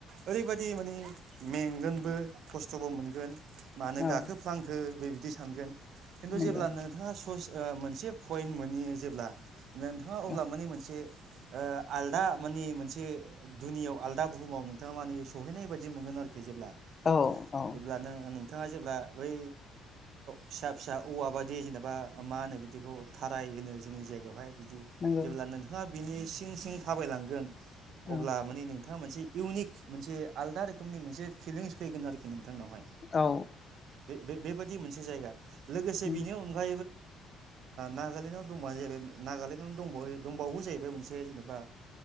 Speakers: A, on the right (about 60°); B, on the left (about 25°).
A: ओरैबायदि मानि मेंगोनबो खस्थबो मोनगोन मानो
B: औ
A: गाखो फ्लांखो बे बिदि सानगोन किनतु
B: नंगौ
A: जेब्लानो नोंथाङा सस मोनसे पइन्ट मोनैयो जेब्ला नोंथाङा अब्ला
B: औ
A: मानि मोनसे ओ आलदा मानि मोनसे दुनियाव आलदा बुहुमाव नोंथाङा माने सहैनाय बायदि मोनगोन आरोखि जेब्ला
B: औ औ
A: जेब्ला नों नोंथाङा जेब्ला बै फिसा फिसा ओ औवा बादि जेनेबा मा मा होनो बिदिखौ थाराय होनो जोंनि जायगायावहाय
B: नंगौ
A: जेब्ला नोंथाङा बिनि सिं सिं थाबायलांगोन
B: औ
A: अब्ला माने नों नोंथाङा मोनसे इउनिक मोनसे आलदा रोखोमनि मोनसे फिलिंस फैगोन आरोखि नोंथ बिथां नावहाय
B: औ
A: बे बे बेबायदि मोनसे जायगा लोगोसे
B: नंगौ
A: बिनि उन बो नागालेण्डआव दंबानो ज नागालेण्डआव दंबावो जाहैबाय मोनसे जेनेबा